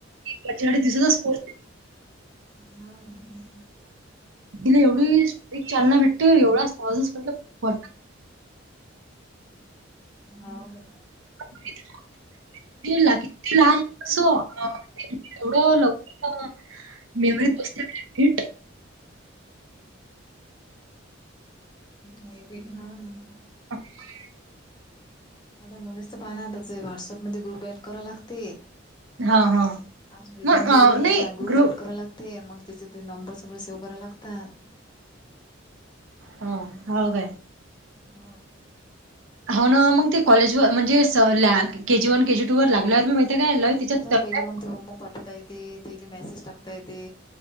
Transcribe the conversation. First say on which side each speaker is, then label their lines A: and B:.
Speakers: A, on the right; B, on the left.
A: बच्या, दिसचा स् को.
B: हाव ना.
A: दीला एवढीक, चालना भेटते एवढाच आजच म्हटलंर.
B: हो का?
A: <unintelligible> सो, एवढं लवकर मेमरीत बसत हिट.
B: नाही, हा ना.
A: <inaudible>
B: आता मुलाच तर पाहणार आ ते, व्हॉटसअपमध्येध्ये ग्रुप ऍड कराय लागते.
A: हां, हां.
B: आज प्रेझंट
A: मग अ,
B: दिले,
A: नाही
B: गु
A: ग्रुप
B: बॅट करा लागत. ते मग, त्याचे ते नंबरस वगैरे सेव कराला लागतात.
A: हो, ह बाय.
B: हो.
A: हो ना मग ते कॉलेज व म्हणजे केजी वन केजी टू वर लागल्यावर मी माहिती आहे का ल त्याच्यात तर
B: पहिली
A: काय
B: मंग ते होमो पाट. कुठय आहे ते ते येते मॅसेज टाकताये ते.